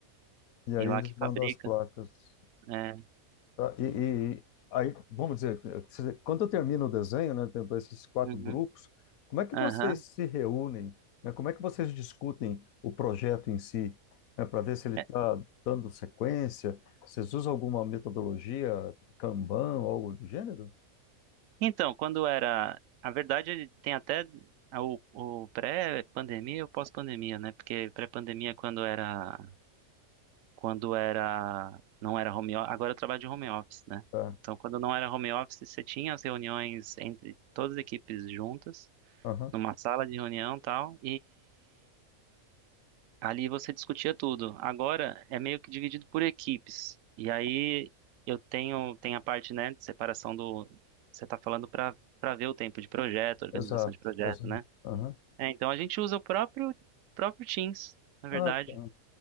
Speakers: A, on the left; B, on the right.
A: E
B: e
A: aí
B: lá
A: eles
B: que
A: mandam
B: fabrica.
A: as placas.
B: É.
A: Tá. E, e- e aí, vamos dizer, se- quando eu termino o desenho, né, tendo esses quatro
B: Uhum.
A: grupos, como é que
B: Aham.
A: vocês se reúnem, né? Como é que vocês discutem o projeto em si, né, para ver se ele está
B: É.
A: dando sequência? Vocês usam alguma metodologia, Kanban, ou algo do gênero?
B: Então, quando era. A verdade, é, tem até a- o, o pré-pandemia e o pós-pandemia, né? Porque pré-pandemia, é quando era. Quando era. Não era home office. Agora eu trabalho de home office, né?
A: Tá.
B: Então, quando não era home office, você tinha as reuniões entre todas as equipes juntas,
A: Aham.
B: numa sala de reunião e tal, Ali você discutia tudo. Agora é meio que dividido por equipes. E aí eu tenho tem a parte, né, de separação do você está falando para para ver o tempo de projeto, organização
A: Exato,
B: de projeto,
A: exato.
B: né?
A: Aham.
B: É, então a gente usa o próprio próprio Teams, na
A: Ah,
B: verdade,
A: tá.